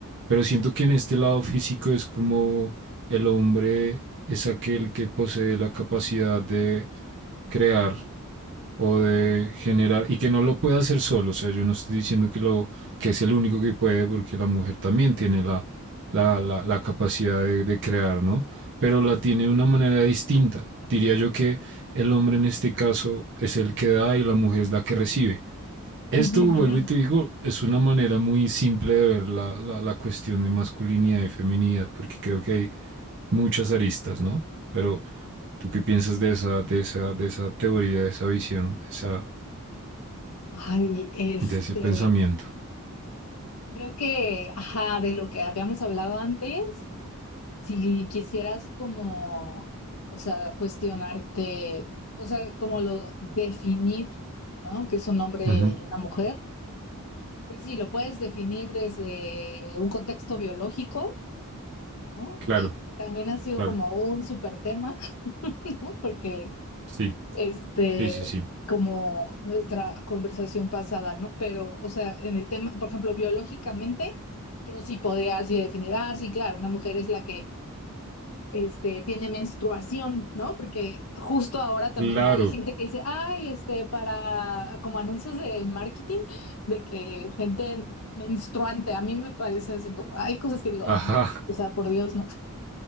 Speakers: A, on the right (about 55°); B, on the left (about 70°).
A: pero siento que en este lado físico es como el hombre es aquel que posee la capacidad de crear o de generar y que no lo pueda hacer solo, o sea, yo no estoy diciendo que lo que es el único que puede porque la mujer también tiene la la, la, la capacidad de, de crear, ¿no? Pero la tiene de una manera distinta. Diría yo que el hombre en este caso es el que da y la mujer es la que recibe. Esto,
B: Ujú,
A: vuelvo
B: ujú.
A: y te digo, es una manera muy simple de ver la, la, la cuestión de masculinidad y feminidad, porque creo que hay muchas aristas, ¿no? Pero, ¿tú qué piensas de esa, de esa, de esa teoría, de esa visión, de esa
B: Ay, este,
A: de ese pensamiento.
B: creo que, ajá, de lo que habíamos hablado antes, si quisieras como, o sea, cuestionarte, o sea, como lo definir, ¿no? Que es un hombre
A: Ujú,
B: y una mujer, pues sí, lo puedes definir desde un contexto biológico, ¿no?
A: Claro,
B: También ha sido
A: claro.
B: como un súper tema, <laughs> ¿no? Porque,
A: Sí,
B: este,
A: sí, sí, sí.
B: como nuestra conversación pasada, ¿no? Pero, o sea, en el tema, por ejemplo, biológicamente, yo sí podría así definir, ah, sí, claro, una mujer es la que, este, tiene menstruación, ¿no? Porque justo ahora también
A: Claro.
B: hay gente que dice, ay, este, para, como anuncios de marketing, de que gente menstruante, a mí me parece así como, hay cosas que digo,
A: Ajá,
B: ay, o sea, por Dios, ¿no?